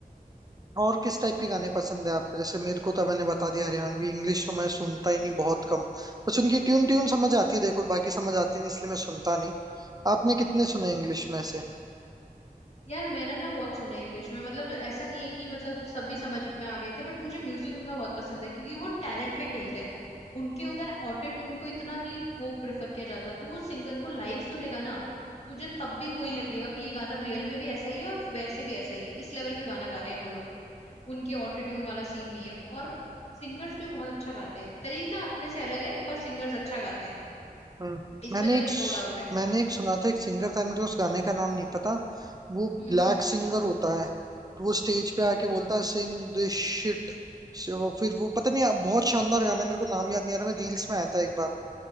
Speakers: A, on the right; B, on the left.
A: और किस टाइप के गाने पसंद है आपको जैसे मेरे को तो मैंने बता दिया हरियाणवी इंग्लिश तो मैं सुनता
B: हम्म
A: ही नहीं
B: हम्म
A: बहुत
B: हम्म।
A: कम बस उनकी ट्यून ट्यून समझ आती है देखो बाकी समझ आती नहीं इसलिए मैं सुनता नहीं आपने कितने सुने इंग्लिश में से
B: यार मैंने ना बहुत सुना है इंग्लिश में मतलब ऐसा नहीं है कि मतलब सभी समझ में आ गए थे बट मुझे म्यूजिक उनका बहुत पसंद है क्योंकि वो टैलेंट पे खेलते हैं उनके उधर ऑटो ट्यून को इतना नहीं वो प्रेफर किया जाता तू उस सिंगर को लाइव सुनेगा ना तुझे तब भी वही लगेगा कि ये गाना रियल में भी ऐसा ही है और वैसे भी ऐसा ही है इस लेवल का गाना गा रहे हैं वो लोग उनके ऑटो ट्यून वाला सीन नहीं है और सिंगर्स भी बहुत अच्छा गाते हैं तरीका अपने से अलग है पर सिंगर्स अच्छा गाते हैं
A: हम्म
B: इसमें
A: मैंने
B: तो
A: एक
B: देख नो डाउट है
A: मैंने एक सुना था एक सिंगर था मुझे उस गाने का नाम नहीं पता वो
B: हम्म
A: ब्लैक
B: हम्म
A: सिंगर होता है तो वो स्टेज पे
B: हम्म
A: आके
B: हम्म,
A: बोलता है सिंग दिस शिट वो फिर वो पता नहीं बहुत शानदार गाना है मेरे को नाम याद नहीं आ रहा मैं रील्स में आया था एक बार